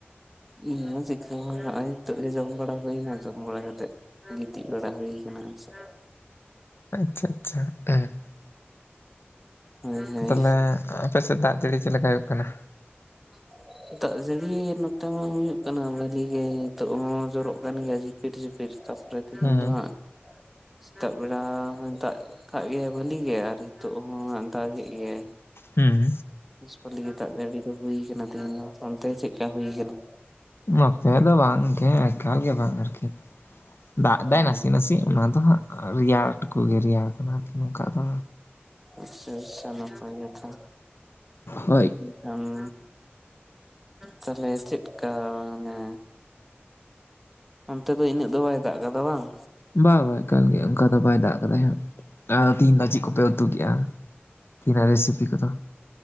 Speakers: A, in the centre; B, on the left.
A: ᱤᱧ ᱦᱚᱸ ᱪᱤᱠᱟᱹ ᱦᱚᱸᱱᱤᱛᱳᱜ ᱜᱮ ᱡᱚᱢ ᱵᱟᱲᱟ ᱦᱩᱭᱱᱟ ᱡᱚᱢ ᱵᱟᱲᱟ ᱠᱟᱛᱮᱜ ᱜᱤᱛᱤᱡ ᱵᱟᱲᱟ ᱦᱩᱭ ᱠᱟᱱᱟ ᱟᱨ ᱪᱮᱫ᱾
B: ᱟᱪᱪᱷᱟ, ᱟᱪᱪᱷᱟ ᱦᱮᱸ᱾
A: ᱦᱳᱭ ᱦᱳᱭ
B: ᱛᱟᱞᱦᱮ ᱟᱯᱮ ᱥᱮᱫ ᱫᱟᱜ ᱡᱟᱹᱲᱤ ᱪᱮᱫ ᱞᱮᱠᱟ ᱦᱳᱭᱳᱜ ᱠᱟᱱᱟ?
A: <inaudible> ᱫᱟᱜ ᱡᱟᱹᱲᱤ ᱱᱚᱛᱮ ᱢᱟ ᱦᱩᱭᱩᱜ ᱠᱟᱱᱟ᱾ ᱵᱷᱟᱞᱤ ᱜᱮ ᱱᱤᱛᱳᱜ ᱦᱚᱸ ᱡᱚᱨᱚᱜ ᱠᱟᱱ ᱜᱮᱭᱟ ᱡᱷᱤᱯᱤᱨ, ᱡᱷᱤᱯᱤᱨ ᱛᱟᱯᱚᱨᱮ ᱛᱤᱦᱤᱧ
B: ᱦᱮᱸ
A: ᱫᱚ ᱦᱟᱸᱜ ᱥᱮᱛᱟᱜ ᱵᱮᱲᱟ ᱦᱚᱸᱭ ᱫᱟᱜ ᱠᱟᱜ ᱜᱮᱭᱟᱭ ᱵᱷᱟᱹᱞᱤ ᱜᱮ᱾ ᱟᱨ ᱦᱤᱛᱳᱜ ᱦᱚᱸ ᱫᱟᱜ ᱜᱮᱜ ᱜᱮᱭᱟᱭ᱾
B: ᱦᱩᱸ᱾
A: ᱵᱮᱥ ᱵᱷᱟᱹᱞᱤ ᱜᱮ ᱫᱟᱜ ᱡᱟᱹᱲᱤ ᱫᱚ ᱦᱩᱭ ᱠᱟᱱᱟ ᱛᱤᱦᱤᱧ ᱫᱚ᱾ ᱚᱱᱛᱮ ᱪᱮᱫ ᱞᱮᱠᱟ ᱦᱩᱭ ᱠᱟᱱᱟ?
B: ᱱᱚᱛᱮ ᱫᱚ ᱵᱟᱝ ᱜᱮ ᱮᱠᱟᱞ ᱜᱮ ᱵᱟᱝ ᱟᱨᱠᱤ ᱫᱟᱜ ᱫᱟᱭ
A: ᱚ
B: ᱱᱟᱥᱮ, ᱱᱟᱥᱮ᱾ ᱚᱱᱟ ᱫᱚ ᱦᱟᱸᱜ ᱨᱮᱭᱟᱲ ᱴᱩᱠᱩ ᱜᱮ ᱨᱮᱭᱟᱲ ᱠᱟᱱᱟ ᱟᱨᱠᱤ ᱱᱚᱝᱠᱟ ᱫᱚ
A: ᱟᱪᱪᱷᱟ ᱟᱪᱪᱷᱟ ᱱᱟᱯᱟᱭ ᱠᱟᱛᱷᱟ᱾
B: ᱦᱳᱭ᱾
A: ᱦᱮᱸ ᱛᱟᱞᱦᱮ ᱪᱮᱫᱠᱟ ᱢᱟᱱᱮ ᱚᱱᱛᱮ ᱫᱚ ᱤᱱᱟᱹᱜ ᱫᱚ ᱵᱟᱭ ᱫᱟᱜ ᱠᱟᱫᱟ ᱵᱟᱝ᱾
B: ᱵᱟ ᱵᱟ ᱮᱠᱟᱞ ᱜᱮ ᱚᱱᱠᱟ ᱫᱚ ᱵᱟᱭ ᱫᱟᱜ ᱠᱟᱫᱟᱭ ᱦᱟᱸᱜ᱾ ᱟᱨ ᱛᱤᱦᱤᱧ ᱫᱚ ᱪᱮᱫ ᱠᱚᱯᱮ ᱩᱛᱩ ᱠᱮᱜᱼᱟ? ᱛᱤᱹᱱᱟᱜ ᱨᱮᱥᱤᱯᱤ ᱠᱚᱫᱚ?